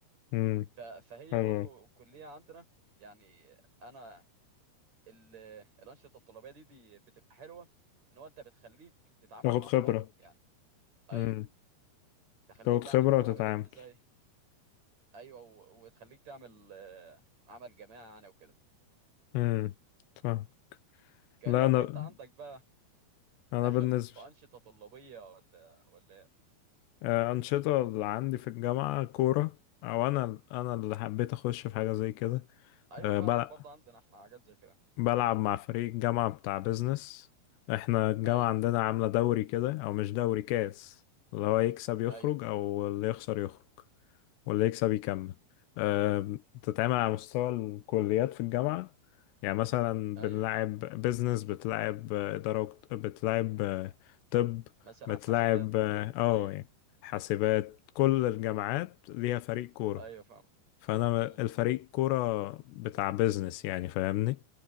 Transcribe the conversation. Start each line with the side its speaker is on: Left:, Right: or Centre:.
Left: امم
Right: ف- فهي
Left: حلو
Right: برضو
Left: أوي.
Right: الكلية عندنا يعني أنا ال- الأنشطة الطلابية دي دي بتبقى حلوة إن هو أنت بتخليك تتعامل
Left: تاخد
Right: مع أصحابك
Left: خبرة
Right: يعني أيوه
Left: امم
Right: تخليك
Left: تاخد
Right: يعني
Left: خبرة
Right: تتعامل
Left: وتتعامل
Right: ازاي ايوه و- وتخليك تعمل آه، عمل جماعي يعني وكده
Left: امم فاهم
Right: كلمني
Left: لا انا
Right: انت عندك بقى
Left: انا
Right: داخل
Left: بالنسبة
Right: في انشطه طلابيه ولا ولا ايه
Left: آه، أنشطة اللي عندي في الجامعة كورة او انا انا اللي حبيت اخش في حاجة زي كده
Right: ايوه
Left: أه
Right: فعلا
Left: بلعب
Right: برضه عندنا احنا حاجات زي كده
Left: بلعب مع فريق الجامعة بتاع بيزنس احنا الجامعة
Right: ايوه
Left: عندنا عاملة دوري كده او مش دوري كاس اللي هو يكسب يخرج
Right: ايوه
Left: او اللي يخسر يخرج واللي يكسب يكمل أه بتتعمل على مستوى الكليات في الجامعة يعني مثلا
Right: ايوه
Left: بنلعب بيزنس بتلعب آه، إدارة وقت- بتلعب آه، طب
Right: مثلا
Left: بتلعب
Right: حاسبات
Left: اه
Right: طب
Left: آه،
Right: ايوه
Left: يعني حاسبات كل الجامعات ليها فريق كورة
Right: ايوه فاهمك
Left: فانا
Right: امم
Left: الفريق كوره بتاع بيزنس يعني فاهمني